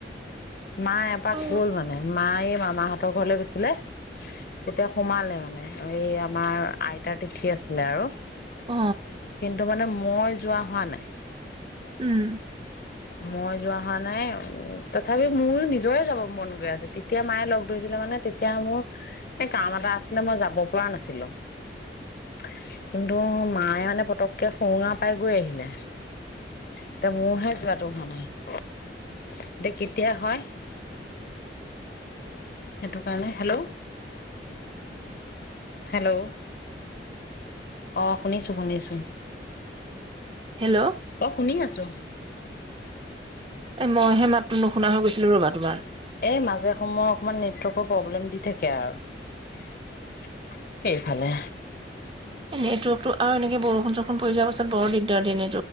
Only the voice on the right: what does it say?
অ
অ
উম।
হেল্ল'
এ মইহে মাতটো নো শুনাৰো গৈছিল ৰবা তোমাৰ <unintelligible>
এ নেটৱৰ্কতটো আৰু এনেকে বৰষুণ চৰুষুণ পৰি যোৱাৰ পাছত বৰ দিগদাৰ দিনে